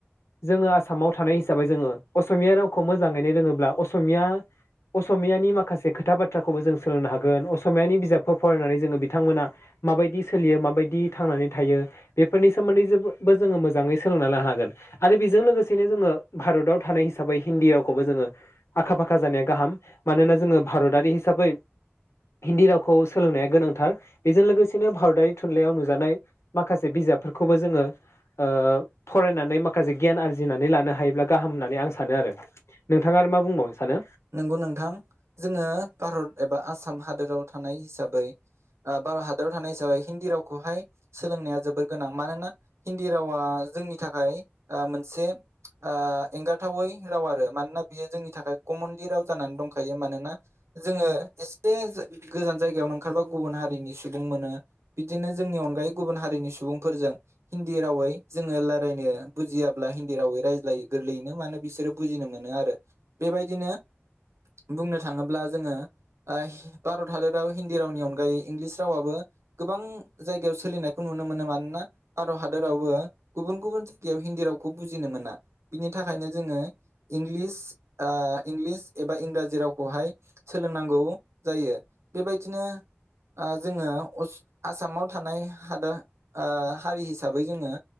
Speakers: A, on the left; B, on the right.
A: जोङो आसामाव थानाय हिसाबै जोङो असमिया रावखौ मोजाङैनो रोङोब्ला असमिया असमियानि माखासे खोथा बाथ्राखौबो जों सोलोंनो हागोन असमियानि बिजाबफोर फरायनानै जोङो बिथांमोना माबायदि सोलियो माबायदि थांनानै थायो बेफोरनि सोमोन्दै जोबो बो जोङो मोजाङै सोलोंना लानो हागोन आरो बेजों लोगोसेनो जोङो भारताव थानाय हिसाबै हिन्दी रावखौबो जोङो आखा फाखा जानाया गाहाम मानोना जोङो भारतारि हिसाबै हिन्दी रावखौ सोलोंनाया गोनांथार बेजों लोगोसेनो भारत थारि थुनलाइयाव नुजानाय माखासे बिजाबफोरखौबो जोङो ओ फरायनानै माखासे गियान आरजिनानै लानो हायोब्ला गाहाम होननानै आं सानो आरो नोंथाङा आरो मा बुंबावनो सानो?
B: नंगौ नोंथां जोङो भारत एबा आसाम हादोराव थानाय हिसाबै ओ भारत हादराव थानाय हिसाबै हिन्दी रावखौहाय सोलोंनाया जोबोर गोनां मानोना हिन्दी रावा जोंनि थाखाय ओ मोनसे ओ एंगारथावै राव आरो मानोना बियो जोंनि थाखाय कमनलि राव जानानै दंखायो मानोना जोङो एसे गोजान जायगायावनो ओंखारबा गुबुन हारिनि सुबुं मोनो बिदिनो जोंनि अनगायै गुबुन हारिनि सुबुंफोरजों हिन्दी रावै जोङो रायलायनो बुजियाब्ला हिन्दी रावै रायज्लायो गोरलैयैनो मानो बिसोरो बुजिनो मोनो आरो बेबायदिनो बुंनो थाङोब्ला जोङो ओ भारत हादराव हिन्दी रावनि अनगायै इंलिस रावाबबो गोबां जायगायाव सोलिनायखौ नुनो मोनो मानोना भारत हादरावबो गुबुन गुबुन गायाव हिन्दी रावखौ बुजिनो मोना बिनि थाखायनो जोङो इंलिस ओ इंलिस एबा इंराजि रावखौहाय सोलोंनांगौ जायो बेबायदिनो ओ जोङो अस आसामाव थानाय हादोर ओ हारि हिसाबै जोङो